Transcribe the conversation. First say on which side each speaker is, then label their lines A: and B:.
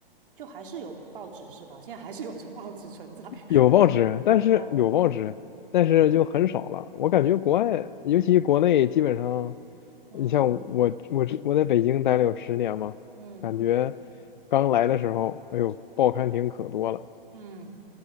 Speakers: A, on the right (about 60°); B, on the left (about 55°).
A: 就还是有报纸是吧？现在还是有这报纸存在，
B: 有报纸，
A: <laughs>
B: 但是有报纸，
A: 哦，
B: 但是就很少了。我感觉国外，尤其国内，基本上，
A: 嗯
B: 你像我，我之我在北京待了有十年嘛，
A: 嗯
B: 感觉刚来的时候，哎呦，报刊亭可多了。
A: 嗯，